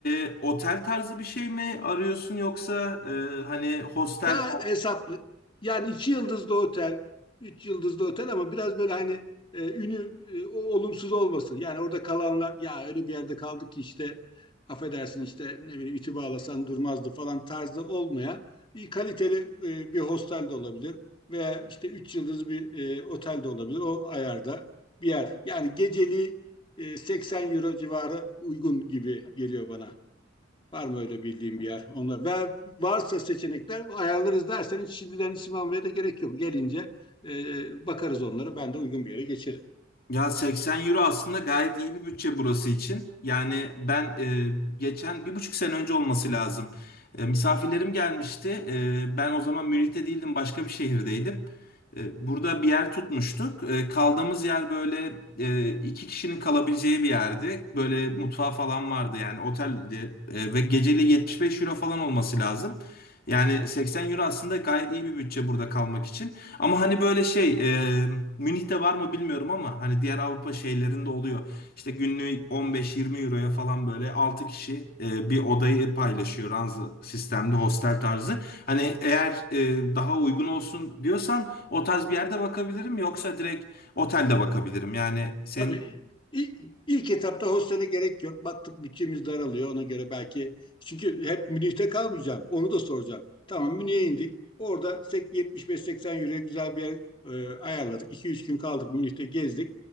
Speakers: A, on the left; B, on the left.
A: e, otel tarzı bir şey mi arıyorsun yoksa e, hani hostel
B: Daha hesaplı. Yani iki yıldızlı otel, üç yıldızlı otel ama biraz böyle hani e, ünü e, o- olumsuz olmasın. Yani orada kalanlar ya öyle bir yerde kaldık ki işte affedersin işte ne bileyim iti bağlasan durmazdı falan tarzı olmayan bir kaliteli e, bir hostel de olabilir veya işte üç yıldızlı bir e, otel de olabilir o ayarda bir yer. Yani geceliği e, 80 euro civarı uygun gibi geliyor bana. Var mı öyle bildiğim bir yer? Onlar ve varsa seçenekler ayarlarız derseniz şimdiden isim almaya da gerek yok. Gelince e, bakarız onlara. Ben de uygun bir yere geçerim.
A: Ya 80 euro aslında gayet iyi bir bütçe burası için. Yani ben e, geçen bir buçuk sene önce olması lazım. E, misafirlerim gelmişti. E, ben o zaman Münih'te değildim, başka bir şehirdeydim. E, burada bir yer tutmuştuk. E, kaldığımız yer böyle e, iki kişinin kalabileceği bir yerdi. Böyle mutfağı falan vardı yani oteldi. E, ve geceli 75 euro falan olması lazım. Yani 80 euro aslında gayet iyi bir bütçe burada kalmak için. Ama hani böyle şey e, Münih'te var mı bilmiyorum ama hani diğer Avrupa şehirlerinde oluyor. İşte günlüğü 15-20 euroya falan böyle 6 kişi e, bir odayı paylaşıyor ranza sistemli hostel tarzı. Hani eğer e, daha uygun olsun diyorsan o tarz bir yerde bakabilirim yoksa direkt otelde bakabilirim. Yani senin
B: Tabii ilk, ilk etapta hostele gerek yok. Baktık bütçemiz daralıyor ona göre belki. Çünkü hep Münih'te kalmayacağım. Onu da soracağım. Tamam Münih'e indik. Orada sek- 75-80 euro güzel bir yer e, ayarladık. 2 üç gün kaldık Münih'te gezdik.